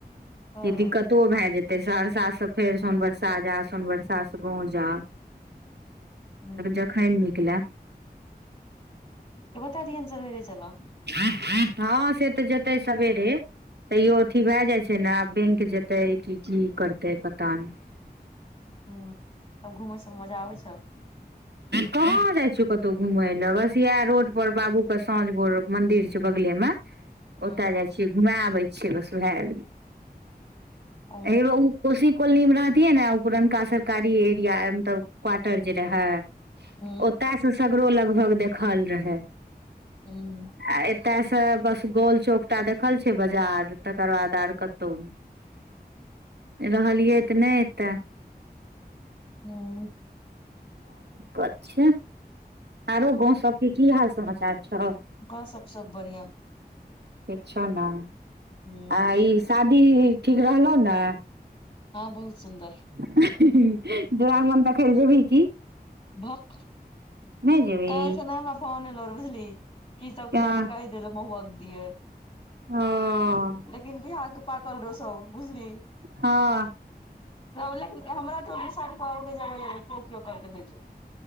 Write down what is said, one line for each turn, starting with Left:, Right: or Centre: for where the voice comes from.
Left: ह
Right: दिक्कत तो भए जेते सहरसा से फेर सोन बरसा जा सोन बरसा गाव जा
Left: ह
Right: जखैन निकले
Left: के बता दियनि सबेरे चलऽ
Right: हँ से तऽ जेतै सबेरे तैयो अथी भए जाइ छै ने आब बेंक जेतै कि की करतै पता नहि
Left: ह तब घूमे सब मजा आबै छौ
Right: कहाँ जाइ छिय कतहु घुमय ले बस इएह रोड पर बाबू के साँझ भोर मंदिर छै बगले में
Left: ह
Right: ओतय जाइ छियै घुमे आबै छियै बस उह गेलै
Left: ओ
Right: एहि कोशी कॉलोनीमे रहतियै ने ओ पुरनका सरकारी एरिया मतलब क्वार्टर जे रहै
Left: ह
Right: ओतयसँ सगरो लगभग देखल रहै
Left: हू
Right: आ एतय से बस गोल चौक टा देखल छै बाजार तकर बाद आर कतहु रहलियै तऽ नहि एतय
Left: हू
Right: अच्छा आरो गाँव सबके की हाल समाचार छौ
Left: कह सबसँ बढ़िआं
Right: ठीक छौ ने
Left: ह
Right: आ ई शादी ठीक रहलहु ने
Left: हँ बहुत सुन्दर
Right: हं हुं हुं द्विरागमन देखैलेल जेवहि की
Left: भक
Right: नै जेबही
Left: कल्हि खेना हमरा फोन एलो र बुझली की सबके
Right: हँ
Left: जा कऽ कहि दिलै महुअक दिले
Right: ह
Left: लेकिन बिहाक पाकल रहौ सब बुझली
Right: हँ
Left: तब लेकिन हमरा टोल दिसासं कहल जेबै जेबै केओ केओ कहलक नहि जेबै